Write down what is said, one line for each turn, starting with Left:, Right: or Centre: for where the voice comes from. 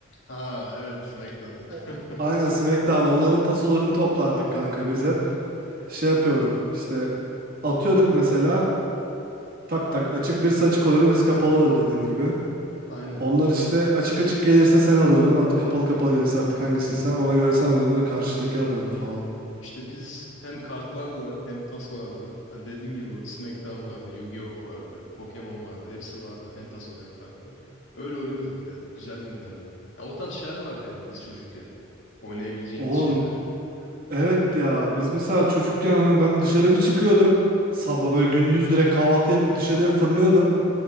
Left: Aa evet SmackDown.
Right: O,
Left: <laughs>
Right: aynen SmackDown onların tasolarını toplardık kanka biz hep. Şey yapıyorduk işte atıyorduk mesela tak tak açık birisi açık oluyordu birisi kapalı oluyordu dediğin gibi.
Left: Aynen.
Right: Onlar işte açık açık gelirse sen alıyordun at- kapalı kapalı gelirse artık hangisiysen ona göre sen alıyordun da karşıdaki alıyordu falan.
Left: İşte biz hem kartlarla hem tasolarla hani dediğin gibi o SmackDown vardı, Yu-Gi-Oh vardı, Pokemon vardı. Hepsi vardı hem tasoda hem kartta. Öyle oynuyorduk ya. Güzel günlerdi. Ya o tarz şeyler vardı yani biz çocukken. Oynayabileceğimiz
Right: Oğlum
Left: şeyler.
Right: Evet ya biz mesela çocukken hani ben dışarı bir çıkıyordum. Sabah böyle gündüz direkt kahvaltı yapıp dışarıya fırlıyordum.